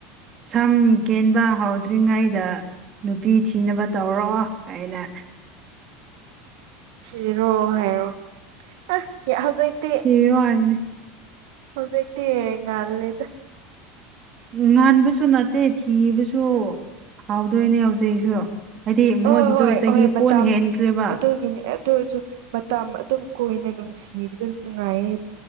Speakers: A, on the right; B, on the right.
A: ꯁꯝ ꯀꯦꯟꯕ ꯍꯧꯥꯎꯗ꯭ꯔꯤꯉꯩꯗ ꯅꯨꯄꯤ ꯊꯤꯅꯕ ꯇꯧꯔꯑꯣ ꯑꯩꯅ
B: ꯁꯤꯔꯣ ꯍꯥꯏꯔꯣ ꯑ ꯍꯧꯖꯤꯛꯇꯤ
A: ꯆꯦꯔꯣꯅꯦ
B: ꯍꯧꯖꯤꯛꯇꯤ ꯉꯥꯟ ꯂꯩꯗ
A: ꯎ ꯉꯟꯥꯟꯕꯁꯨ ꯅꯠꯇꯦ ꯊꯤꯕꯁꯨ ꯍꯥꯎꯗꯣꯏꯅꯦ ꯍꯧꯖꯛꯁꯨ ꯍꯥꯏꯗꯤ ꯃꯣꯏꯒꯤꯗꯣ
B: ꯍꯣꯏ ꯍꯣꯏ
A: ꯆꯍꯤ
B: ꯍꯣꯏ ꯃꯇꯝ
A: ꯀꯣꯟ ꯍꯦꯟꯈ꯭ꯔꯦꯕ
B: ꯑꯗꯨꯒꯤꯅꯤ ꯑꯗꯨ ꯑꯣꯏꯔꯁꯨ ꯃꯇꯝ ꯑꯗꯨꯝ ꯀꯣꯏꯅ ꯅꯨꯡꯁꯤꯕꯗ ꯅꯨꯡꯉꯥꯏꯌꯦ